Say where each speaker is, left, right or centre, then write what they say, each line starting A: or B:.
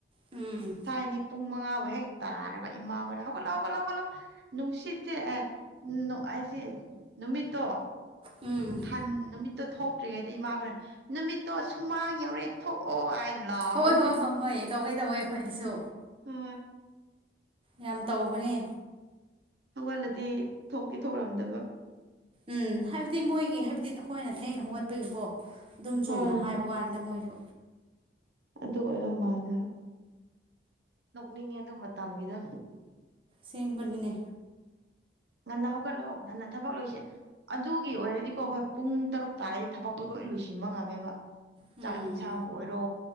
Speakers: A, on the right; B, on the right.
A: ꯎꯝ
B: ꯊꯥꯏꯅꯗꯤ ꯄꯨꯡ ꯃꯉꯥꯕꯨ ꯍꯦꯛ ꯇꯥꯔꯕ ꯏꯃꯥꯈꯣꯏꯅ ꯍꯧꯒꯠꯂꯣ ꯍꯧꯒꯠꯂꯣ ꯍꯧꯒꯠꯂꯣ ꯅꯨꯡꯁꯤꯠꯁꯦ ꯑꯦ <unintelligible> ꯑꯩꯁꯦ ꯅꯨꯃꯤꯠꯇꯣ
A: ꯎꯝ
B: ꯊꯟ ꯅꯨꯃꯤꯠꯇꯣ ꯊꯣꯛꯇ꯭ꯔꯤꯉꯩꯗꯒꯤ ꯏꯃꯥꯈꯣꯢꯅ ꯅꯨꯃꯤꯠꯇꯣ ꯁꯨꯃꯥꯡ ꯌꯧꯔꯦ ꯊꯣꯛꯑꯣ ꯍꯥꯏ ꯂꯥꯎꯕꯅꯦ
A: ꯍꯣꯏ ꯍꯣꯏ ꯍꯣꯏ ꯍꯣꯏ ꯇꯧꯋꯦ ꯇꯧꯋꯦ ꯑꯩꯈꯣꯏꯗꯁꯨ
B: ꯍꯥ
A: ꯌꯥꯝ ꯇꯧꯕꯅꯦ
B: ꯍꯧꯒꯜꯂꯗꯤ ꯊꯣꯛꯇꯤ ꯊꯣꯛꯔꯝꯗꯕ
A: ꯎꯝ ꯍꯥꯏꯕꯗꯤ ꯃꯣꯏꯒꯤ ꯍꯥꯏꯕꯗꯤ ꯑꯩꯈꯣꯏꯅ ꯊꯦꯡꯅ ꯍꯧꯒꯠꯄꯥꯒꯤꯀꯣ ꯑꯗꯨꯝ ꯆꯨꯝꯅ
B: ꯍꯣꯏ
A: ꯍꯥꯏꯕ ꯋꯥꯅꯤꯗ ꯃꯣꯏꯖꯨ
B: ꯑꯗꯨꯒ ꯑꯩꯅ ꯃꯥꯜꯂꯦ ꯍꯥꯏ ꯅꯣꯛꯅꯤꯡꯉꯦ ꯑꯗꯨ ꯃꯇꯝꯒꯤꯗꯣ
A: ꯁꯦꯡꯕꯥꯅꯤꯅꯦ
B: ꯉꯟꯅ ꯍꯧꯒꯠꯂꯣ ꯉꯟꯅ ꯊꯕꯛ ꯂꯣꯏꯁꯦ ꯑꯗꯨꯒꯤ ꯑꯣꯏꯔꯗꯤꯀꯣ ꯍꯣꯏ ꯄꯨꯡ ꯇꯔꯨꯛ ꯇꯥꯔꯗꯤ ꯊꯕꯛꯇꯣ ꯂꯣꯏ ꯂꯣꯏꯁꯤꯟꯕ ꯉꯝꯃꯦꯕꯥ
A: ꯎꯝ
B: ꯆꯥꯛ ꯏꯟꯁꯥꯡꯕꯨ ꯑꯣꯏꯔꯣ